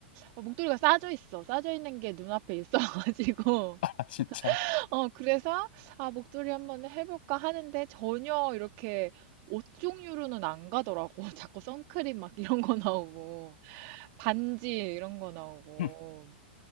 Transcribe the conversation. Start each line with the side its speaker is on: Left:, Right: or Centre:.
Right: 어, 목도리가 싸져 있어. 싸져 있는 게 눈앞에 있어가지고.
Left: 아,
Right: <laughs>
Left: 진짜.
Right: 어, 그래서, 아, 목도리 한번 해볼까 하는데 전혀 이렇게 옷 종류로는 안 가더라고. <laughs> 자꾸 선크림 막 이런 거 나오고. 반지 이런 거 나오고.
Left: <laughs>